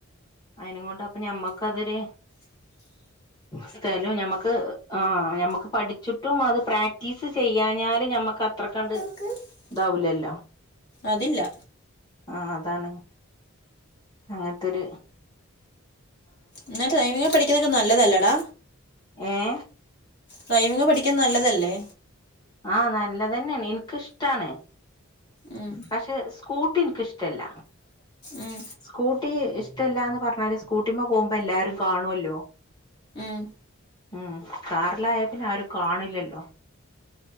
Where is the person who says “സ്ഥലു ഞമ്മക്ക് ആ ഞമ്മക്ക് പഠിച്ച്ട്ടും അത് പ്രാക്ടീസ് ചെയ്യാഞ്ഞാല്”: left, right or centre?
Left